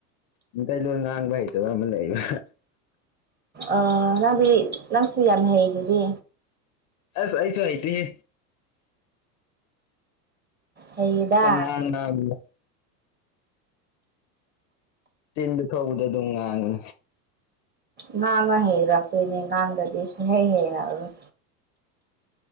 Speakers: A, on the left; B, on the right.
A: ꯃꯤꯇꯩꯩ ꯂꯣꯟ ꯉꯥꯡꯕ ꯍꯩꯇꯕ ꯑꯃ ꯂꯩꯕ
B: ꯑ ꯅꯪꯗꯤ ꯅꯪꯁꯨ ꯌꯥꯝꯅ ꯍꯩꯗꯨꯗꯤ
A: ꯑꯁ ꯑꯩꯥꯏꯁꯨ ꯍꯩꯇꯦꯍꯦ
B: ꯍꯩꯌꯦꯗ
A: ꯄꯪꯉꯡ ꯉꯥꯡꯉꯤꯕ ꯆꯤꯟꯗ ꯊꯣꯛꯄꯗꯣ ꯑꯗꯨꯝ ꯉꯥꯡꯕꯅꯦ
B: ꯉꯥꯡꯉ ꯍꯩꯔꯛꯇꯣꯏꯅꯦ ꯉꯥꯡꯗꯗꯤ ꯁꯨꯡꯍꯩ ꯍꯩꯔꯛꯑꯔꯣꯏ